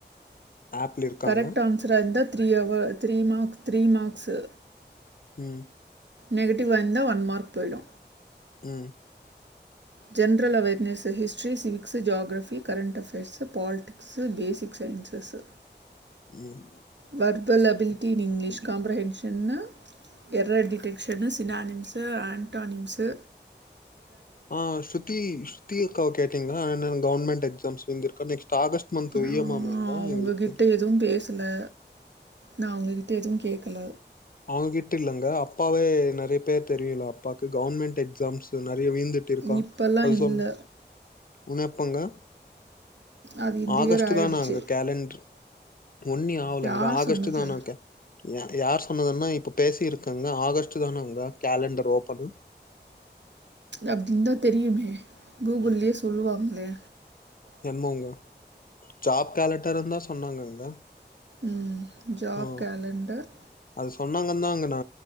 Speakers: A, on the left; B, on the right.
A: ஆப்ல இருக்காங்க.
B: கரெக்ட் ஆன்சரா இர்ந்தா த்ரீ அவர் த்ரீ மார்க்ஸ் த்ரீ மார்க்ஸு
A: ம்
B: நெகட்டிவ் வந்தா ஒன் மார்க் போயிடு
A: ம்
B: general awareness history civics geography current affairs politic mix basic sciences
A: ம்
B: வர்பல் எபிலிட்டி இன் இங்கிலீஷ் காம்ப்ரஹென்ஷன்னா எர்ர டிட்டெக்ஷனு சினானிம்ஸு ஆண்டானிம்ஸு
A: ஆ ஸ்ருதி ஸ்ருதி அக்காவ கேட்டீங்ளா கவுன்மென்ண்ட் என்ன எக்ஸாம்ஸ் வந்துருக்க நெக்ஸ்ட் ஆகஸ்ட் மந்த்
B: நா
A: இ எம் ஆமேங்க
B: அவங்ககிட்ட
A: எங்களுக்கு.
B: எதுவு பேசல நா அவங்ககிட்ட எதுவு கேட்கல
A: அவங்ககிட்ட இல்லங்க அப்பாவே நெறைய பேர் தெரியல அப்பாக்கு கவுவர்மெண்டட் எக்ஸாம்ஸ் நெறைய வீந்து திருக்கா
B: இப்போல்லாம்
A: அசம்
B: இல்லை
A: உன்னப்பங்க
B: அது இந்த
A: ஆகஸ்ட்
B: இயர் ஆயிடுச்சு
A: தா நான் அங்க கேலண்ட்ரு ஒன்னி ஆவலங்க
B: யார்
A: ஆகஸ்டு
B: சொன்னது
A: தானாக்கே யார் சொன்னதுன்னா இப்போ பேசியிருக்கங்க ஆகஸ்ட் தானேங்க கேலண்டர் ஓப்பன்
B: அப்டி இருந்தா தெரியிமே கூகுள்யே சொல்லுவாங்ளே
A: என்மோங்க ஜாப் கேலண்டர் தா சொன்னாங்கங்க
B: ம் ஜாப்
A: ஆ
B: கேலண்டர்
A: அது சொன்னாங்கன் தா அங்க நா